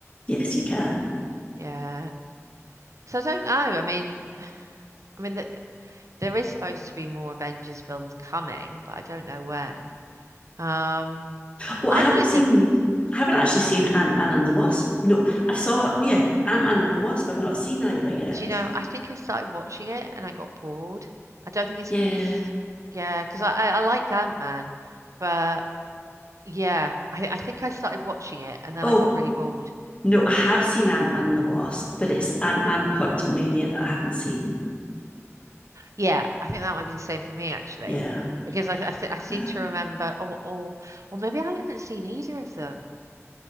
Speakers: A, on the left; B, on the right.
A: Yes, you can.
B: Yeah. So I don't know. I mean, I mean that there is supposed to be more Avengers films coming, but I don't know when. Um,
A: Well,
B: I
A: I haven't
B: wanted
A: seen.
B: to,
A: I haven't actually seen Ant Man and the Wasp. No, I saw. Yeah, Ant Man and the Wasp. I've not seen either yet.
B: do you know, I think I started watching it and I got bored. I don't think it's
A: Yeah.
B: it's yeah, because I, I I liked Ant-Man, but yeah, I I think I started watching it and then
A: Oh
B: I got really bored.
A: no, I have seen Ant Man and the Wasp, but it's Ant Man Quantum Mania that I haven't seen.
B: Yeah, I think that might be the same for me actually,
A: Yeah.
B: because I I, th I seem
A: yeah.
B: to remember, or or or maybe I haven't seen either of them.